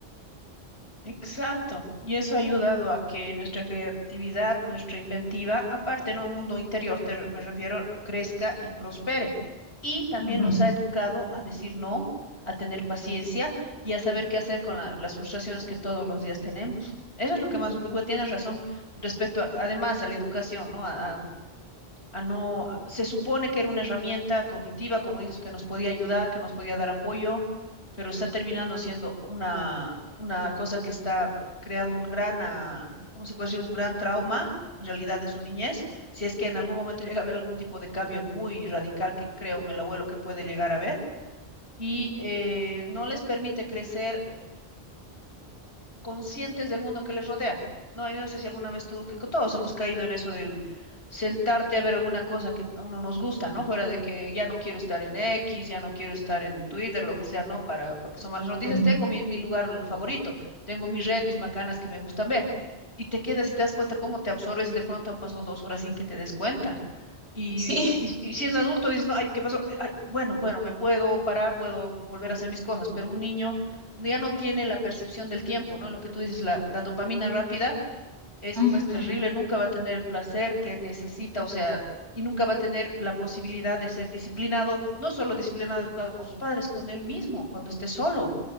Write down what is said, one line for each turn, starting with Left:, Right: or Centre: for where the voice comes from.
Left: Exacto. Y eso ha ayudado a que nuestra creatividad, nuestra inventiva, aparte en un mundo interior, te me refiero, crezca y prospere. Y también
Right: Ujú,
Left: nos ha educado a decir no, a tener paciencia y a saber qué hacer con la- las frustraciones que todos los días tenemos. Eso es lo que más me preocupa. Tienes razón respecto, a- además, a la educación, ¿no? A, a a no, a- se supone que era una herramienta cognitiva, como dices, que nos podía ayudar, que nos podía dar apoyo, pero está terminando siendo una, una cosa que está creando un gran, ah, ¿cómo se puede decir? Un gran trauma, en realidad, en su niñez, si es que en algún momento llega a haber algún tipo de cambio muy radical que creo el abuelo que puede llegar a ver, y eh, no les permite crecer conscientes del mundo que les rodea. No, yo no sé si alguna vez tú, que todos hemos caído en eso del sentarte a ver alguna cosa que a uno nos gusta, ¿no? Fuera de que ya no quiero estar en X, ya no quiero estar en Twitter, lo que sea, ¿no? Para, porque son malas noticias.
Right: ujú.
Left: Tengo mi, mi lugar favorito, tengo mi red, mis macanas que me gustan ver. Y te quedas y te das cuenta cómo te absorbes y de pronto han pasado dos horas sin que te des cuenta. Y,
Right: <laughs> Sí.
Left: y- y siendo adulto dices, no, ay, ¿qué pasó? Ay, bueno, bueno, me puedo parar, puedo volver a hacer mis cosas, pero un niño ya no tiene la percepción del tiempo, ¿no? Lo que tú dices, la, la dopamina rápida es
Right: Ujú,
Left: pues terrible, nunca va a tener el placer que necesita, o sea, y nunca va a tener la posibilidad de ser disciplinado, no solo disciplinado, educado con sus padres, con él mismo, cuando esté solo,